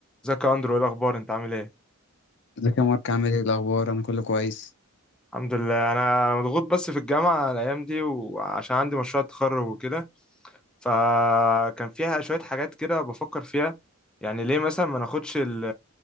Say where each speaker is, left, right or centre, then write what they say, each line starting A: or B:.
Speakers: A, in the centre; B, on the left.
A: ازيك يا اندرو ايه الاخبار انت عامل ايه
B: ازيك يا مارك عامل ايه الاخبار انا كله كويس
A: الحمد لله انا مضغوط بس في الجامعه الايام دي وعشان عندي مشروع تخرج وكده فكان فيها شوية حاجات كده بفكر فيها يعني ليه مثلا ما ناخدش ال-